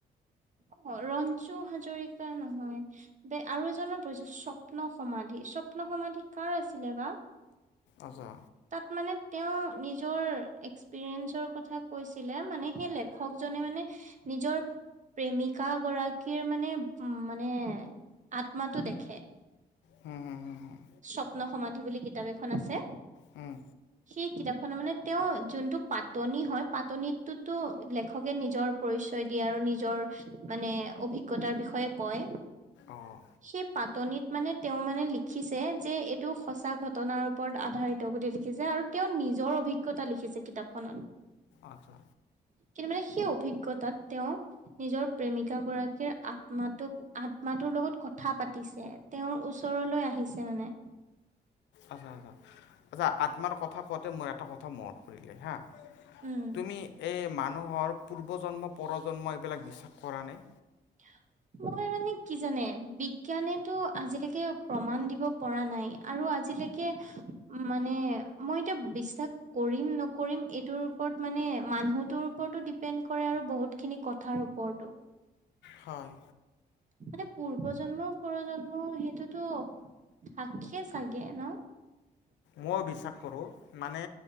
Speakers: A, on the right; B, on the left.
A: অ ৰঞ্জু হাজৰিকা নহয় ব আৰু এজনৰ পৰিছো স্বপ্ন সমাধি স্বপ্ন সমাধি কাৰ আছিলে বা
B: আচ্ছা
A: তাত মানে তেওঁ নিজৰ এক্সপিৰিয়েঞ্চৰ কথা কৈছিলে মানে সেই লেখকজনে মানে নিজৰ প্ৰেমিকা গৰাকীৰ মানে উ মানে আত মাতো দেখে
B: হুম হুম হুম হুম
A: স্বপ্ন সমাধি বুলি কিতাপ এখন আছে
B: হুম
A: সেই কিতাপ খনৰ মানে তেওঁৰ যোনটো পাতনি হয় পাতনিত টো টো লেখকে নিজৰ পৰিচয় দিয়ে আৰু নিজৰ মানে অভিজ্ঞতা বিষয়ে কয়
B: অঁ
A: সেই পাতনিত মানে তেওঁ মানে লিক লিখিছে যে এইটো সঁচা ঘটনাৰ ওপৰত আধাৰিত বুলি লিখিছে আৰু তেওঁ নিজৰ অভিজ্ঞতা লিখি কিতাপখনত
B: আচ্ছা
A: কিন্তু মানে সেই অভিজ্ঞতাত তেওঁ নিজৰ প্ৰেমিকা গৰাকীৰ আত্মাটো আত্মাটোৰ লগত কথা পাতিছে তেওঁৰ ওচ ওচৰলৈ আহিছে মানে
B: আচ্ছা আচ্ছা আত্মাৰ কথা কওঁতে মই এটা কথা মনত পৰিলে হা
A: উম
B: তুমি এই মানুহৰ পূৰ্বজন্ম পৰজন্ম এইবিলাক বিশ্বাস কৰা নে
A: <unintelligible> মই মানে কি জানে বিজ্ঞানে আজিলৈকে প্ৰমাণ দিব পৰা নাই আৰু আজিলৈকে মানে মই এতিয়া বিশ্বাস কৰিম নকৰিম এইটোৰ ওপৰত মানে মানুহতোৰ ওপৰতো ডিপেণ্ড কৰে আৰু বহুত খিনি কথাৰ ওপৰতো।
B: হয়।
A: মানে পূৰ্বজন্ম পৰজন্ম সেইটোতো থাকে চাগে ন?
B: মই বিশ্বাস কৰোঁ মানে